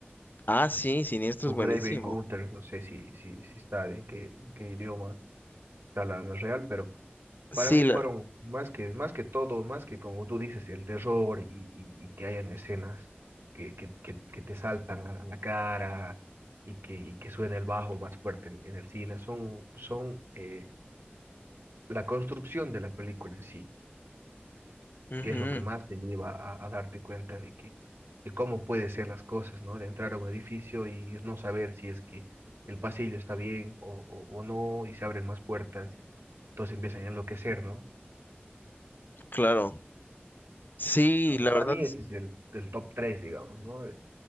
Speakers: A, on the left; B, on the right.
A: Ah, sí, Siniestro es
B: O
A: buenísimo.
B: Grave Encounters, no sé si, si, si está en qué, en qué idioma está la, la real, pero
A: Sí,
B: para mí
A: la...
B: fueron más que, más que todo, más que como tú dices, el terror y, y- y que hayan escenas que, que, que, que te saltan a la, a la cara y que, y que suene el bajo más fuerte en, en el cine, son, son eh, la construcción de la película en sí.
A: ujú,
B: que es lo que más te lleva a, a darte cuenta de que, de cómo puede ser las cosas, ¿no? De entrar a un edificio y no saber si es que el pasillo está bien o, o, o no, y se abren más puertas y todos empiezan a enloquecer, ¿no?
A: claro. Sí,
B: Entonces,
A: la
B: para
A: verdad
B: mí
A: es...
B: ese es el, el top 3, digamos, ¿no? De,